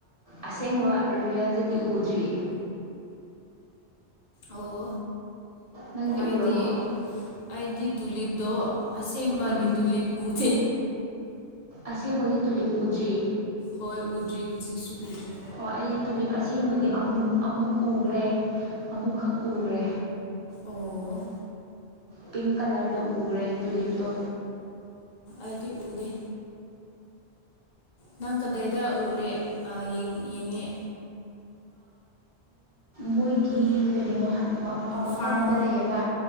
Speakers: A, on the right; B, on the left.
A: ꯑꯁꯦꯡꯕ ꯔꯤꯌꯦꯜꯗꯗꯤ ꯎꯗ ꯊ꯭ꯔꯤ
B: ꯑꯣ
A: ꯅꯪꯗꯤ
B: ꯑꯩꯗꯤ
A: ꯎꯔꯕꯣ
B: ꯑꯩꯗꯤ ꯇꯨꯂꯤꯞꯗꯣ ꯑꯁꯦꯡꯕꯒꯤꯇꯨꯂꯤ
A: ꯎꯝ
B: ꯎꯗꯦ
A: ꯑꯁꯦꯡꯕꯒꯤ ꯇꯨꯂꯤꯞ ꯎꯗ꯭ꯔꯤ
B: ꯍꯣꯏ ꯎꯗ꯭ꯔꯤ ꯍꯧꯖꯤꯛꯁꯨ ꯎꯗ꯭ꯔꯤ
A: ꯑꯣ ꯑꯩ ꯇꯨꯂꯤꯞ ꯑꯁꯦꯡꯕꯗꯤ ꯑꯃꯨꯛ ꯑꯃꯨꯛ ꯎꯈ꯭ꯔꯦ ꯑꯃꯨꯛꯈꯛ ꯎꯈ꯭ꯔꯦ
B: ꯑꯣ
A: ꯄꯤꯡ ꯀꯂꯔꯗ ꯎꯈ꯭ꯔꯦ ꯇꯨꯂꯤꯞꯇꯣ
B: ꯑꯗꯨ ꯎꯗꯦ ꯅꯪ ꯀꯗꯥꯏꯗ ꯎꯔꯦ ꯌꯦꯡꯉꯦ
A: ꯃꯣꯏꯒꯤ ꯀꯩꯅꯣ ꯃꯐꯝ
B: ꯐꯥꯔꯝ
A: ꯑꯃ ꯂꯩꯌꯦꯕ